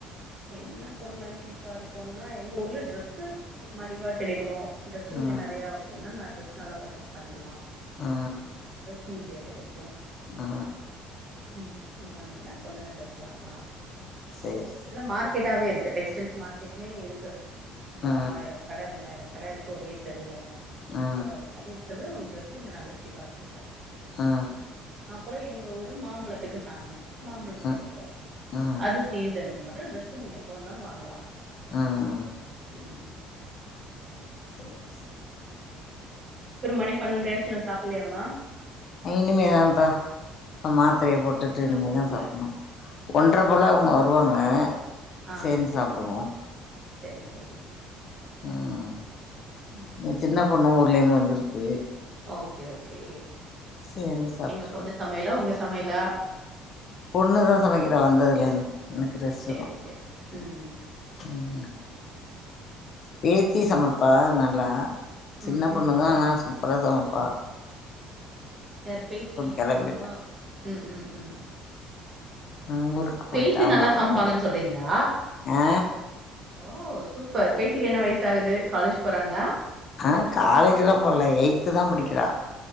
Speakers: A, on the right; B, on the left.
A: என்ன பொருள்லா சீப்பா இருக்குனா எங்க ஊர்ல ட்ரெஸ்சு மலிவா கெடைக்கு ட்ரெஸ்சு
B: ஆ
A: நீங்க நெறையா <inaudible> னா நா ட்ரெஸ் நல்லா பர்ச்சேஸ் பண்ணிக்கலா
B: ஆ
A: ட்ரெஸ் ஈஸியா கெடைக்கு போ
B: ஆ
A: ம் நீங்க வந்தீங்னா சொல்லுங்க ட்ரெஸ் வாங்கலா
B: சேரி சேரி
A: மார்கெட்டாவே இருக்கு டெக்ஸ்டைல்ஸ் மார்க்கெட்னே இருக்கு ஒரு
B: ஆ
A: ஆயிரோ கட ரெண்டாயிரோ கட இருக்கு ஒரே தெருல
B: ஆ
A: சோ அது மாரி இருக்கறது உங்களுக்கு ட்ரெஸ் இங்க நல்ல சிப்பா கெடைக்கு
B: அ ஆ
A: அப்றோ எங்க ஊரு மாம்பழத்துக்கு பேமஸ் மாம்பழம்
B: ஆ
A: கெடைக்கு
B: ஆ
A: அது சீசனுக்கு அது மாரி டிரெஸ்சு நீங்க எப்ப வந்தாலு வாங்கலா
B: ம்
A: ம்
B: ச <unintelligible>
A: அப்றோ மணி பன்னெண்டை ஆயிருச்சு இன்னு சாப்பலையாமா
B: இனிமேதான்பா மாத்ரய போட்டுட்டு இனிமேதா
A: சாப்பிடணும்ல
B: சாப்பணு ஒன்றப் போல அவுங்க வருவாங்க
A: ஆ
B: சேந்து
A: ஆ
B: சாப்டுவோ
A: செரி செரி
B: ம்
A: ம்
B: என் சின்ன பொண்ணு ஊர்லேந்து வந்துருக்கு
A: ஓகே ஓகே
B: சேர்ந்து சாப்ட்றது
A: எங்க பொண்ணு சமையலா உங்க சமையலா
B: பொண்ணுதா சமைக்கறா வந்ததுலிந்து எனக்கு ரெஸ்ட்டுதா
A: செரி செரி ம்
B: ம் பேத்தி சமப்பா நல்லா சின்ன
A: ம்
B: பொண்ணுதா
A: ம் பா
B: ஆனா சூப்பரா சமப்பா
A: யாரு பேத்தி
B: கெளம்பிட்டா
A: ஆ ம் ம் ம்
B: நா ஊருக்கு
A: பேத்தி
B: போயிட்டா அவங்க
A: நல்லா
B: அம்மாட்டுக்கு
A: சமப்பாங்கன்னு சொல்றீங்ளா
B: ஆ
A: ஓ சூப்பர் பேத்திக்கு என்ன வயசாகுது காலேஜ் போறாங்ளா
B: ஆ காலேஜெல்லா போல எயித்துதான் படிக்கறா